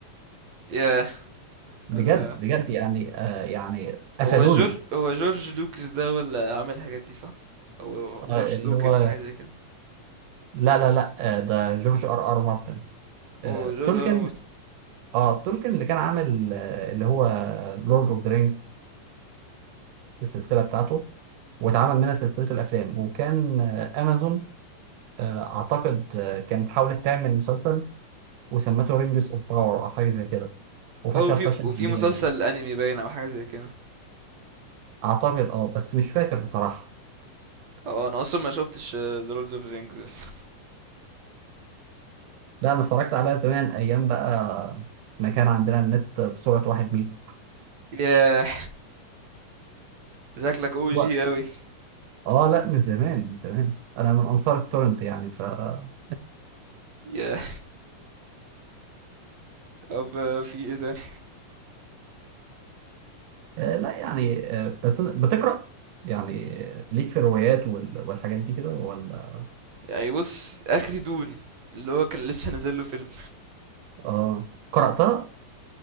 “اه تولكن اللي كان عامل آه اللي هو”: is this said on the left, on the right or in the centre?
Right